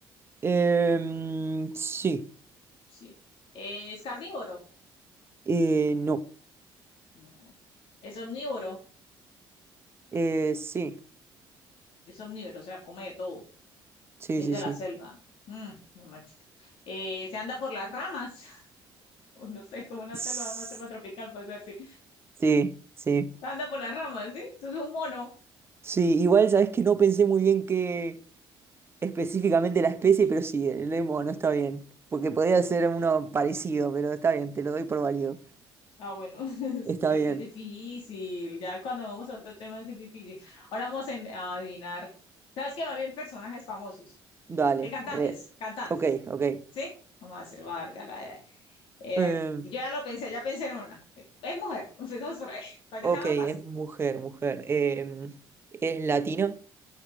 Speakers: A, on the right; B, on the left.
A: Em, sí.
B: Sí. ¿Es carnívoro?
A: Eh, no.
B: No. ¿Es omnívoro?
A: Eh, sí,
B: Es omnívoro, o sea, come de todo.
A: sí,
B: Y
A: sí,
B: es de
A: sí.
B: la selva. Mm, mamá chica. Eh, ¿se anda por las ramas? <laughs> o no sé, como una
A: S-
B: selva, una selva tropical, puede ser, sí.
A: Sí, sí.
B: Se anda por las ramas, ¿sí? Entonces es un mono.
A: Sí, igual sabes que no pensé muy bien que específicamente la especie, pero sí, el lemo no está bien. Porque podría ser uno parecido, pero está bien, te lo doy por válido.
B: Ah, bueno, <laughs> es,
A: Está
B: es
A: bien.
B: que es difícil. Ya cuando vamos a otro tema sí es difícil. Ahora vamos a, a adivinar. ¿Sabes qué? Va bien personajes famosos.
A: Dale,
B: Eh, cantantes,
A: re.
B: cantantes.
A: Ok, ok.
B: ¿Sí? Vamos a hacer larga. la- la- eh,
A: Eh,
B: yo ya lo pensé, ya pensé en una. Eh, Es mujer, <laughs> empecemos por ahí, <laughs> para
A: ok,
B: que sea más
A: es
B: fácil.
A: mujer,
B: Dale.
A: mujer. Eh, es latina.